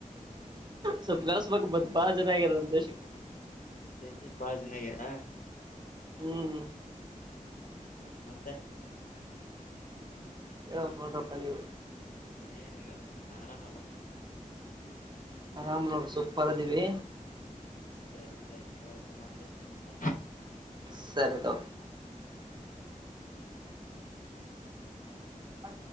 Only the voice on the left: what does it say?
ದೇಶಕ್ಕೆ ಬಾಳ ಜನ ಆಗ್ಯರ
ಆಯ್ತ್ ಮತ್ತೆ
ಏನಿಲ್ಲ ಎಲ್ಲ ಆರಾಮಲ್ಲ
ಹ್ಮ್ ಸರಿ ಸರಿ ತಾಗೊರಪ್ಪ ಮತ್ತ ಹಚ್ಚತನಿ ಅಂತ